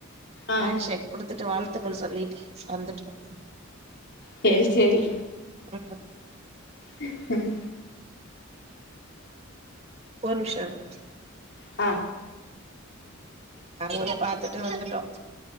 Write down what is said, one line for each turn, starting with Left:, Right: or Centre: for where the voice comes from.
Left: ஆ
Right: ஹேண்ட்ஷேக் குடுத்துட்டு வாழ்த்துக்கள் சொல்லிட்டு வந்துட்டோம்
Left: சேரி சேரி
Right: உஹும்
Left: ம்
Right: ஒரு நிமிஷம் இருங்க
Left: ஆ
Right: கடவுல பாத்துட்டு வந்துட்டோம்